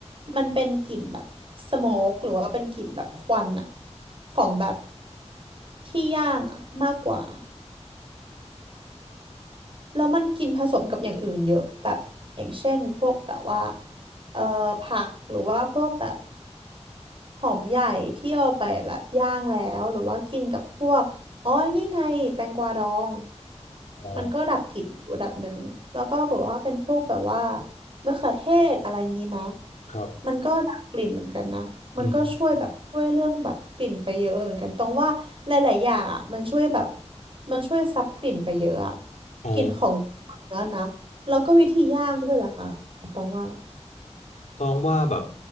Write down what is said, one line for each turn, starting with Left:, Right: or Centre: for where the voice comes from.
Right: มันเป็นกลิ่นแบบสโมกหรือว่าเป็นกลิ่นแบบควันอ่ะของแบบที่ย่างอ่ะมากกว่าแล้วมันกินผสมกับอย่างอื่นเยอะแบบอย่างเช่นพวกแบบว่าเอ่อผักหรือว่าพวกแบบ หอมใหญ่ที่เอาไปแบบย่างแล้วหรือว่ากินกับพวกอ๋อนี่ไงแตงกวาดอง
Left: อ๋อ
Right: มันก็ดับกลิ่นอยู่ระดับหนึ่งแล้วก็แบบว่าเป็นพวกแบบว่ามะเขือเทศอะไรงี้นะ
Left: ครับ
Right: มันก็ดับกลิ่นเหมือนกันนะมันก็ช่วยแบบช่วยเรื่องแบบกลิ่นไปเยอะเหมือนกันตรงว่าหลายๆอย่างอ่ะมันช่วยแบบ
Left: อืม
Right: มันช่วยซับกลิ่นไปเยอะอ่ะ
Left: อ๋อ
Right: กลิ่นของเนื้อนะแล้วก็วิธีย่างด้วยล่ะค่ะตรงว่า
Left: ต้องว่าแบบ